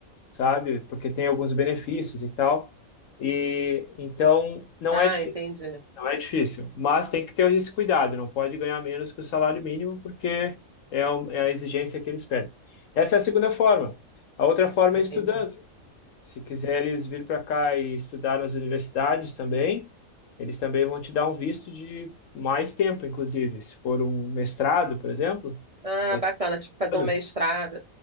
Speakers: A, on the left; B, on the right.
A: sabe? Porque tem alguns benefícios e tal. E então não
B: Ah,
A: é difícil,
B: entendi.
A: não é difícil, mas tem que ter esse cuidado, não pode ganhar menos que o salário mínimo porque é, o- é a exigência que eles pedem. Essa é a segunda forma. A outra forma
B: Entendi.
A: é estudando. Se quiseres vir para cá e estudar nas universidades também, eles também vão te dar um visto de mais tempo, inclusive. Se for um mestrado, por exemplo,
B: Ah,
A: vai
B: bacana,
A: ter
B: tipo, fazer
A: todas.
B: um mestrado.